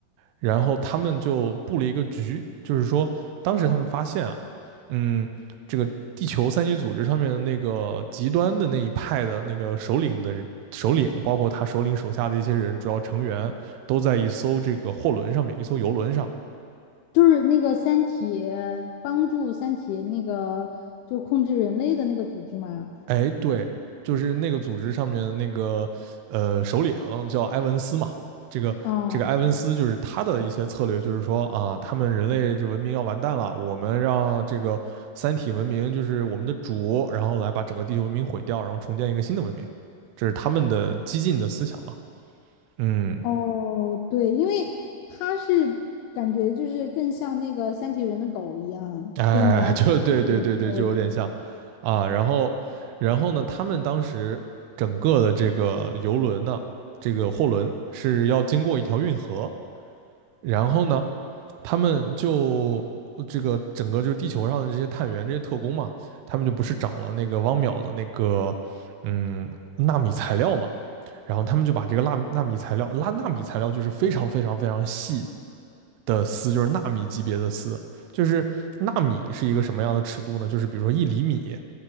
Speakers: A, on the right (about 80°); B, on the left (about 80°).
A: 然后他们就布了一个局，就是说当时他们发现啊，嗯，这个地球三级组织上面的那个极端的那一派的那个首领的首领，包括他首领手下的一些人，主要成员都在一艘这个货轮上面，一艘游轮上。
B: 就是那个《三体》帮助《三体》那个就控制人类的那个组织嘛。
A: 哎，对，就是那个组织上面的那个呃首领叫埃文斯嘛，这个这个埃文斯就是他的一些策略，
B: 啊。
A: 就是说啊，他们人类这文明要完蛋了，我们让这个三体文明就是我们的主，然后来把整个地球文明毁掉，然后重建一个新的文明，这是他们的激进的思想嘛。嗯
B: 哦，对，因为他是感觉就是更像那个三体人的狗一样，
A: <laughs> 哎，
B: 就是那个安琪，
A: 就对对对对，
B: 我记得我记得，
A: 就有点像啊。然后，然后呢，他们当时整个的这个游轮呢，这个货轮是要经过一条运河，然后呢，他们就这个整个就是地球上的这些探员、这些特工嘛，他们就不是找了那个汪淼的那个嗯纳米材料嘛，然后他们就把这个纳纳米材料，拉纳米材料就是非常非常非常细，的丝，就是纳米级别的丝。就是纳米是一个什么样的尺度呢？就是比如说一厘米